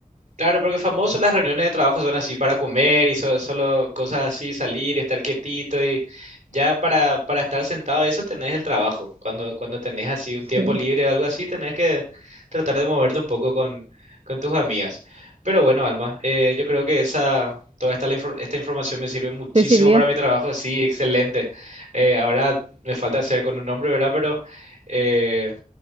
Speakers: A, on the right (about 60°); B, on the right (about 40°).
A: Claro, porque famoso las reuniones de trabajo son así para comer y so- solo cosas así, salir, estar quietito y ya para, para estar sentado, eso tenés el trabajo. Cuando, cuando tenés así un tiempo
B: Sí.
A: libre o algo así, tenés que tratar de moverte un poco con, con tus amigas. Pero bueno, Alma, eh, yo creo que esa, toda esta, la infor- esta información me sirve muchísimo
B: ¿Te sirvió?
A: para mi trabajo, sí, excelente. Eh, ahora me falta hacer con un nombre, ¿verdad? Pero eh,